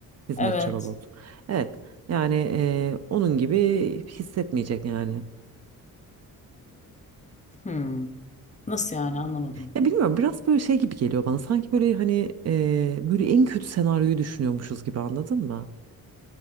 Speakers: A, on the right; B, on the left.
A: Hizmetçi
B: Evet.
A: robot. Evet. Yani e, onun gibi hissetmeyecek yani.
B: Hmm. Nasıl yani anlamadım.
A: Ya bilmiyorum biraz böyle şey gibi geliyor bana. Sanki böyle hani e, böyle en kötü senaryoyu düşünüyormuşuz gibi anladın mı?